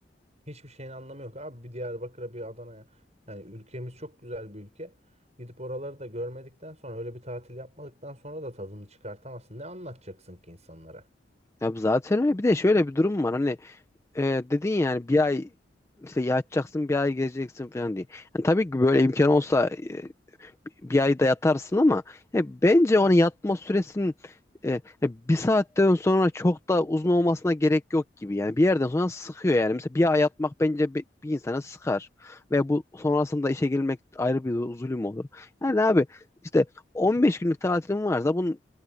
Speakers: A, on the right; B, on the left.
A: hiçbir şeyin anlamı yok. Abi bir Diyarbakır'a, bir Adana'ya. Yani ülkemiz çok güzel bir ülke. Gidip oraları da görmedikten sonra öyle bir tatil yapmadıktan sonra da tadını çıkartamazsın. Ne anlatacaksın ki insanlara?
B: Ya zaten öyle. Bir de şöyle bir durum var. Hani e, dedin yani bir ay işte yatacaksın bir ay gezeceksin falan diye. Yani tabii ki böyle imkan olsa e, bir ayda yatarsın ama e, bence onun yatma süresinin e, e, bir saatten sonra çok da uzun olmasına gerek yok gibi. Yani bir yerden sonra sıkıyor yani. Mesela bir ay yatmak bence bi- bir, insana sıkar. Ve bu sonrasında işe gelmek ayrı bir zulüm olur. Yani abi işte 15 günlük tatilim varsa bunun